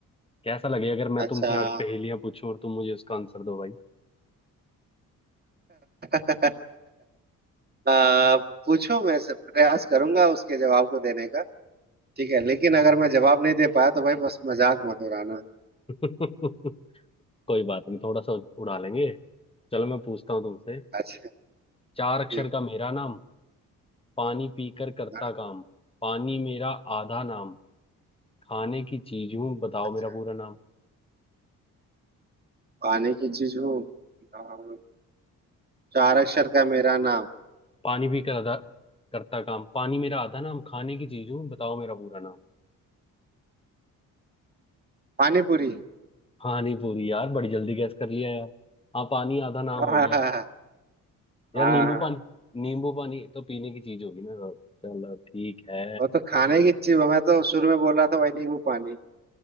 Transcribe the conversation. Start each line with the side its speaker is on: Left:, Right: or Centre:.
Left: कैसा लगे अगर मैं
Right: अच्छा
Left: तुमसे
Right: <laughs>
Left: आज पहेलियां पूछूं और तुम मुझे उसका आंसर दो भाई
Right: हाँ। आ, पूछो मैं से- प्रयास करूंगा उसके जवाब को देने का ठीक है लेकिन अगर मैं जवाब नहीं दे पाया तो भाई बस मजाक मत उड़ाना
Left: <laughs> कोई बात नहीं थोड़ा सा उड़ा लेंगे चलो मैं पूछता हूँ तुमसे
Right: अच्छा
Left: चार अक्षर
Right: ठीक
Left: का मेरा नाम पानी पीकर करता
Right: हाँ,
Left: काम पानी मेरा आधा नाम खाने की चीज हूँ बताओ
Right: अच्छा
Left: मेरा पूरा नाम
Right: पानी की चीज हूँ और चार अक्षर का मेरा नाम
Left: पानी भी करता करता काम पानी मेरा आधा नाम खाने की चीज हूँ बताओ मेरा पूरा नाम
Right: पानी पूरी
Left: हाँ नहीं पूरी यार बड़ी जल्दी गैस कर लिया यार हाँ पानी आधा नाम
Right: <laughs>
Left: हो
Right: हाँ
Left: गया
Right: हाँ
Left: यार
Right: हाँ,
Left: नींबू पानी नींबू पानी तो पीने की चीज होगी ना चलो ठीक है
Right: वो तो खाने की चीज मैं तो शुरू में बोल रहा था भाई नींबू पानी